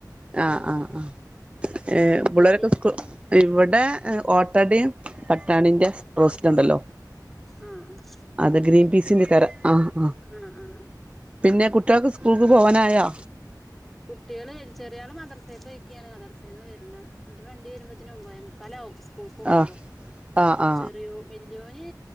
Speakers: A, on the right; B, in the centre.
A: ആ ആഹ് ആ ഏഹ്
B: അവിടെന്താ
A: പിള്ളേരൊക്കെ
B: കടി
A: സ് കൂ ഇവിടെ ഓട്ടടയും പട്ടാണിന്റെ റോസ്റ്റ് ഉണ്ടല്ലോ
B: ആഹ് ആ
A: അത ഗ്രീൻ പീസിന്റെ കര ആഹ ആ
B: ആഹ് ആഹ് ആഹ്
A: പിന്നെ കുട്ടികൾക്ക് സ്കൂൾക്ക് പോവാനായാ
B: കുട്ടികൾ ചെറിയ ആള് മദർസയൊക്കെ ഒഴക്കുകാണ് മദർസേന്ന് വരണം എന്ന് വണ്ടി വരുമ്പത്തിന് മുമ്പായി മുക്കാലാവും സ്കൂക്ക്കോക്കുമ്പോ
A: ആ ആ ആ
B: ചെറിയോ വലിയോ ഞ്